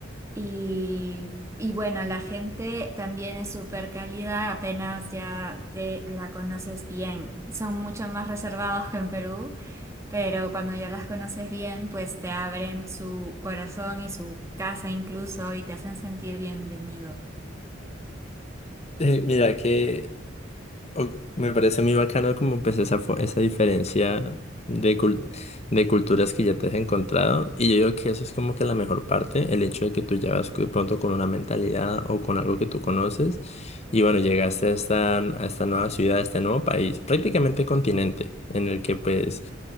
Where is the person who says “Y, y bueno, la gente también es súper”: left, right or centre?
Right